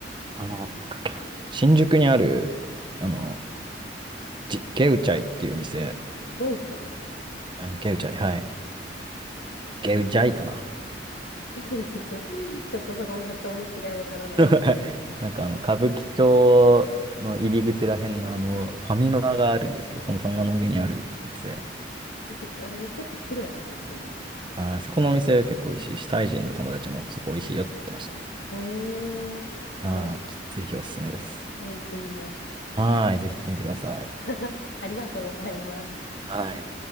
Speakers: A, on the right; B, on the left.
A: あの、なんだっけな、新宿にある、
B: うんうん、
A: あの、じ、ゲウチャイっていうお店、
B: ゲウチャイ
A: えーゲウチャイ、はい。ゲウジャイかな。
B: <laughs> ちょっと、<laughs> ちょっとそこの発音の違いわからない
A: <laughs> なんかあの、歌舞伎町の入り口らへんのあの、ファミマがあるんですけど、そのファミマの上にあるお店。
B: 出てきあで結構綺麗な感じの。
A: あー、そこのお店結構美味しいし、タイ人の友達もそこ美味しいよって言ってましたね。
B: へえ、すご
A: はい、ちょっとぜひおすすめです。
B: い。えー行ってみます。
A: はい、ぜひ行ってみてください。
B: <laughs> ありがとうございます。
A: はい。